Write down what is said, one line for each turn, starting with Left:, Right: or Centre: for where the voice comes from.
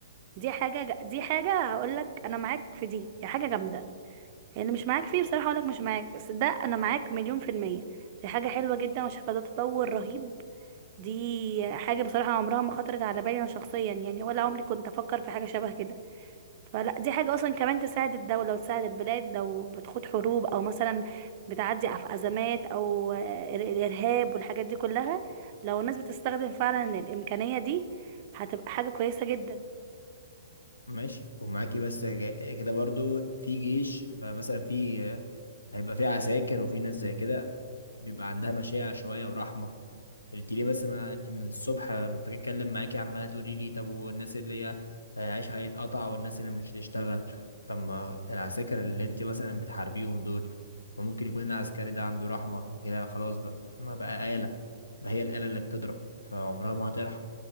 Right: دي حاجة ج- دي حاجة هقول لك انا معاك في دي دي حاجة جامدة يعني مش معاك فيه بصراحة اقولك مش معاك بس ده انا معاك مليون في المية دي حاجة حلوة جدا وشايفة ده تطور رهيب دي حاجة بصراحة عمرها ما خطرت على بالي انا شخصيا يعني ولا عمري كنت افكر في حاجة شبه كده فلا دي حاجة اصلا كمان تساعد الدولة وتساعد البلاد لو بتخوض حروب او مثلا بتعدي في ازمات او آه، الارهاب والحاجات دي كلها لو الناس بتستخدم فعلا الامكانية دي هتبقى حاجة كويسة جدا
Left: ماشي ومعاكي بس ج- كده برضو في جيش بقى مثلا في هيبقى في عساكر وفي ناس زي كده بيبقى عندها مشاعر شويه ورحمه قلت لي بس ما أنت من الصبح لما بتكلم معاكي عماله تقولي لي طب والناس اللي هي آه، عيشها هيتقطع والناس اللي مش هتشتغل طب ما العساكر اللي انت مثلا بتحاربيهم دول ما ممكن يكون العسكري ده عنده رحمه كده خلاص بقى ما بقى آلة بقى هي الآلة اللي بتضرب فعمرها ما هترحم